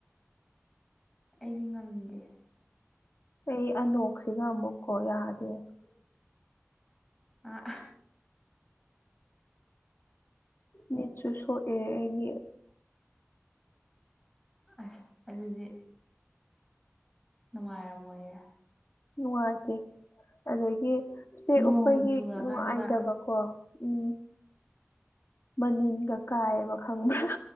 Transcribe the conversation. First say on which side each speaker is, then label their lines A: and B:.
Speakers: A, in the centre; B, on the left.
A: ꯑꯩꯗꯤ ꯉꯝꯗꯦ
B: ꯑꯩ ꯑꯅꯣꯛꯁꯤꯒ ꯑꯃꯨꯛ ꯀꯣ ꯌꯥꯗꯦ
A: <unintelligible> ꯑꯥ
B: ꯃꯤꯠꯁꯨ ꯁꯣꯛꯑꯦ ꯑꯩꯒꯤ
A: ꯑꯁ ꯑꯗꯨꯗꯤ ꯅꯨꯡꯉꯥꯏꯔꯝꯃꯣꯏꯌꯦ
B: ꯅꯨꯡꯉꯥꯏꯇꯦ ꯑꯗꯒꯤ ꯁ꯭ꯄꯦꯛ
A: ꯅꯣꯡ
B: ꯎꯞꯄꯒꯤ
A: ꯆꯨꯔꯀꯥꯟꯗ
B: ꯅꯨꯡꯉꯥꯏꯇꯕ ꯀꯣ ꯎꯝ ꯃꯅꯤꯟꯒ ꯀꯥꯏꯑꯕ ꯈꯪꯕ꯭ꯔꯥ